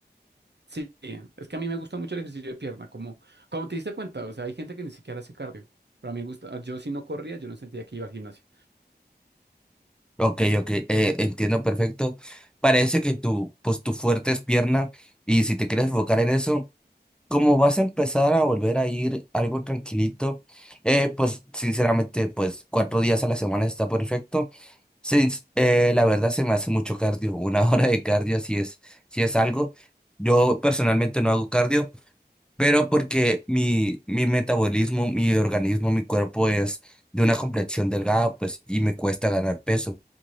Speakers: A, on the right (about 85°); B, in the centre.
A: Sí, es que a mí me gusta mucho el ejercicio de pierna, como, como te diste cuenta, o sea, hay gente que ni siquiera hace cardio, pero a mí me gusta, yo si no corría, yo no sentía que iba al gimnasio.
B: Ok, ok, eh, entiendo perfecto. Parece que tu, pues tu fuerte es pierna y si te quieres enfocar en eso, como vas a empezar a volver a ir algo tranquilito, eh, pues sinceramente, pues cuatro días a la semana está perfecto. Sí, eh, la verdad se me hace mucho cardio, una <laughs> hora de cardio si es, si es algo. Yo personalmente no hago cardio. pero porque mi, mi metabolismo, mi organismo, mi cuerpo es de una complexión delgada, pues, y me cuesta ganar peso.